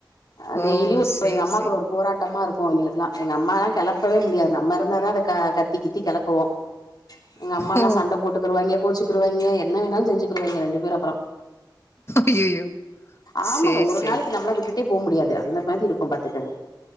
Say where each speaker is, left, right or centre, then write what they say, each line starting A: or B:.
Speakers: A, on the left (about 55°); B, on the left (about 35°).
A: அ
B: ஓ
A: டெய்லியும்
B: சேரி
A: எங்க அம்மா
B: சேரி
A: கூட ஒரு போராட்டமா இருக் க்கும் எங்களுக்கெல்லா எங்க அம்மாலா கெளப்பவே முடியாது நம்ம இருந்தாதா அத கத்திகித்தி கெளப்புவோ எங்க அம்மான்னா
B: ஓ
A: சண்ட போட்டுக்குருவாய்ங்க கோச்சுக்குருவாய்ங்க என்ன வேணாலும் செஞ்சுக்குருவாய்ங்க ரெண்டு பேரு அப்றொ
B: ஐயையோ
A: ஆமாங்க
B: சேரி
A: ஒரு
B: சேரி
A: நாளைக் நம்ளா விட்டுட் டே போ முடியாது அந்த மாதி இருக்கும் பாத்துக்கங்